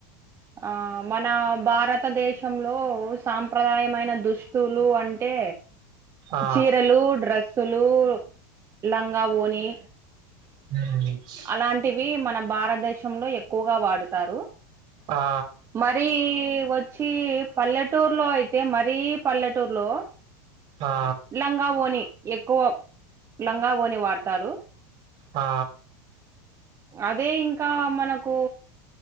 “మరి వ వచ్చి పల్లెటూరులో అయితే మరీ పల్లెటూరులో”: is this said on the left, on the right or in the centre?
Right